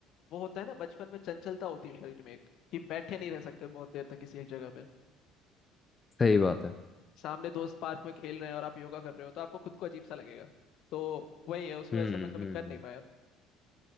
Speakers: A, on the left; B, on the left.
A: वो होता है ना बचपन में चंचलता होती है शरीर में एक कि बैठे नहीं रह सकते बहुत देर तक किसी एक जगह पे
B: सही बात है
A: सामने दोस्त पार्क में खेल रहे हैं और आप योगा कर रहे हो तो आपको खुद को अजीब सा लगेगा तो वही है उसकी
B: हम्म
A: वजह से मैं कभी
B: हम्म
A: कर
B: हम्म,
A: नहीं पाया